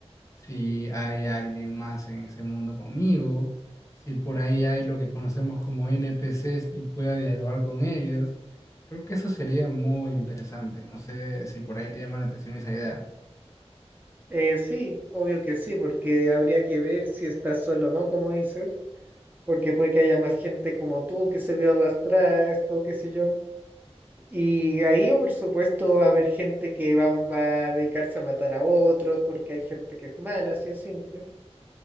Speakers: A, on the left; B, on the right.
A: si hay alguien más en ese mundo conmigo, si por ahí hay lo que conocemos como NPCs y pueda dialogar con ellos. Creo que eso sería muy interesante. No sé si por ahí te llama la atención esa idea.
B: Eh, sí, obvio que sí, porque habría que ver si estás solo o no, como dices, porque puede que haya más gente como tú que se vio arrastrada a esto, qué sé yo. Y ahí, oh, por supuesto, va a haber gente que va, va a dedicarse a matar a otros, porque hay gente que es mala, así es simple.